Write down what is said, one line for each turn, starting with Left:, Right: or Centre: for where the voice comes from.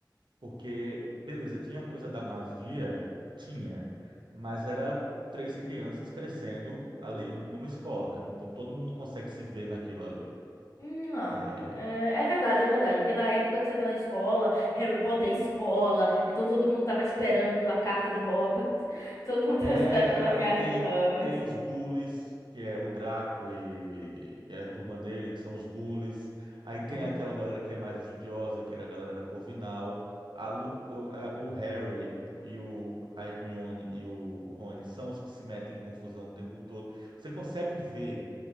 Right: Porque, beleza, tinha a coisa da magia, tinha, mas era três crianças crescendo ali n- numa escola, então todo mundo consegue se ver naquilo ali.
Left: Hum, Não,
Right: É,
Left: é, é verdade, é verdade. Porque na época que você tá na escola, Harry Potter é escola, então todo mundo tava esperando a carta de Hogwarts. <laughs> Todo mundo tava
Right: é,
Left: esperando
Right: aí
Left: a carta
Right: tem
Left: de Hogwarts.
Right: tem os bullies, que é o Draco e, e a turma dele, que são os bullies. Aí tem
Left: É.
Right: aquela galera que é mais estudiosa, que era a galera da Corvinal. A Lu- o, a- o Harry e o, a Hermione e o, o Rony são os que se metem em confusão o tempo todo. Você consegue ver